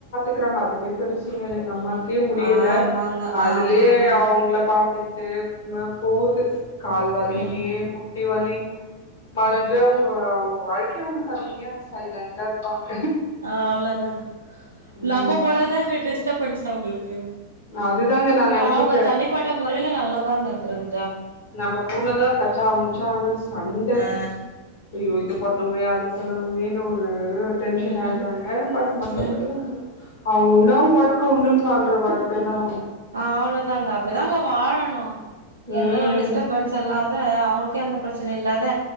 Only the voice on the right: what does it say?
ஆமாங்க
ஆமா
ம்
ம்
அவ்ளோதாங்க
நம்ம போனாதாங்க டிஸ்டபன்ஸ் அவங்ளுக்கு
அவங்க தனிப்பட்ட முறைல நல்லா தாங்க இருக்றாங்க
ஆ
ம்
ம்
ஆ அவ்ளோதாங்க அப்டிதாங்க வாழ னு எந்த
ஒரு டிஸ்டர்பன்ஸ் இல்லாத அவங்களுக்கு எந்த பிரச்சன இல்லாத